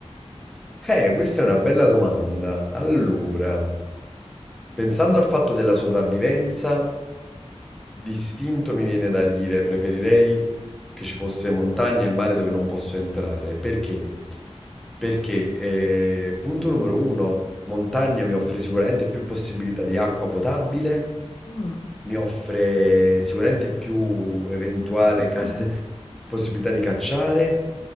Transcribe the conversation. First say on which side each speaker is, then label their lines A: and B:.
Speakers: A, in the centre; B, on the left.
A: eh, questa è una bella domanda. Allora,
B: Mm,
A: pensando al fatto della sopravvivenza, d'istinto mi viene da dire, preferirei che ci fosse montagna e il mare dove non posso entrare. Perché? Perché, eh, punto numero uno, montagna mi offre sicuramente più possibilità di acqua potabile,
B: mm,
A: mi offre sicuramente più eventuale
B: <coughs>
A: ca- <laughs> possibilità di cacciare